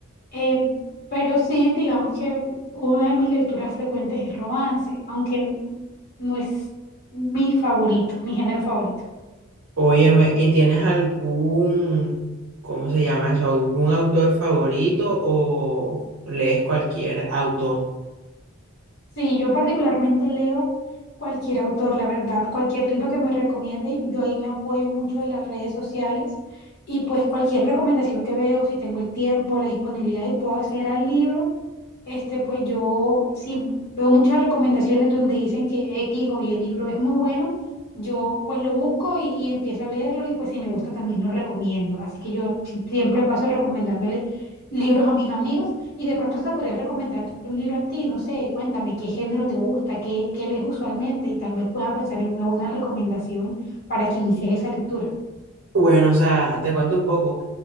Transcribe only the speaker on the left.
eh, pero sí, digamos que una de mis lecturas frecuentes es romance, aunque no es mi favorito, mi género favorito.
Sí, yo particularmente leo cualquier autor, la verdad, cualquier libro que me recomiende, yo ahí me apoyo mucho de las redes sociales y pues cualquier recomendación que veo, si tengo el tiempo, la disponibilidad y puedo acceder al libro. Este, pues yo sí veo muchas recomendaciones donde dicen que X o Y el libro es muy bueno. Yo pues lo busco y, y empiezo a leerlo y pues si me gusta también lo recomiendo. Así que yo si- siempre paso recomendándole libros a mis amigos y de pronto hasta podría recomendarte un libro a ti, no sé, cuéntame qué género te gusta, qué, qué lees usualmente y tal vez pueda pensar en una buena recomendación para que inicies esa lectura.